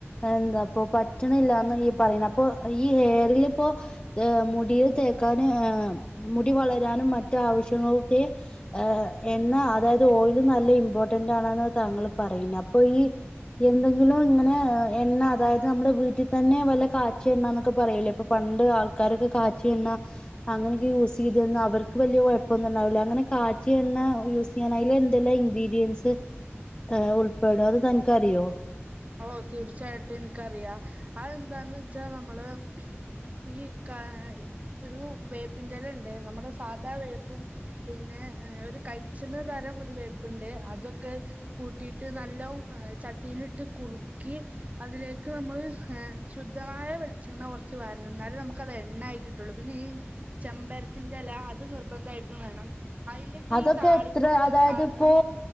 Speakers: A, on the left; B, on the right.
A: എന്താ അപ്പൊ പറ്റണില്ലന്നി പറയണ അപ്പൊ ഈ ഹെയറിലിപ്പോ ഏ മുടിയിൽ തേക്കന് ഏ മുടി വളരാനും മറ്റു ആവശ്യങ്ങൾക്കെ- ഏ എണ്ണ അതായത് ഓയില് നല്ല ഇമ്പോർട്ടന്റാണെന്നാ താങ്കൾ പറയുന്ന അപ്പൊ ഈ- എന്തെങ്കിലും ഇങ്ങനെ എണ്ണ അതായത് നമ്മുടെ വീട്ടിൽ തന്നെ വല്ല കാ ച്ചി എണ്ണന്നൊക്കെ പറയൂലേ ഇപ്പൊ പണ്ട് ആൾക്കാരൊക്കെ കാച്ചി എണ്ണ അങ്ങനെയൊക്കെ യൂസ് ചെയ്തിര്ന്ന അവർക്ക് വലിയ കുഴപ്പമൊന്നും ഉണ്ടാവില്ല അങ്ങനെ കാച്ചിയെണ്ണ യൂസ്- അതിലെന്തെല്ലാം ഇൻഗ്രീഡിയൻസ് ഉൾപ്പെടും അത് തനിക്ക്റിയോ
B: ഓ തീർച്ചയായിട്ടും എനിക്കറിയാം അതെന്താന്ന് വെച്ചാ നമ്മള് ഈ ക ഒരു വേപ്പിൻ്റെല ഉണ്ടായിര്ന്നു നമ്മുടെ സാധാ വേപ്പും- പിന്നെ ഒരു കൈച്ചിന്ന തരം ഒരു വേപ്പുണ്ട് അതൊക്കെ- കൂട്ടിയിട്ട് നല്ല ചട്ടിയിലിട്ട് കുറുക്കി അതിലേക്ക് നമ്മള് ശുദ്ധമായ വെളിച്ചെണ്ണ കുറച്ച് വരണം എന്നാലെ നമുക്ക് അത് എണ്ണയായി കിട്ടു- ള്ളു പിന്നെ ഈ ചെമ്പരത്തിന്റെല അത് നിർബന്ധമായിട്ടും വേണം അതിന്റെയൊക്കെ
A: അതൊക്കെ
B: ഈ താളിപ്പൊക്കെ
A: എത്ര അതായത്
B: കാരണം
A: ഇപ്പോ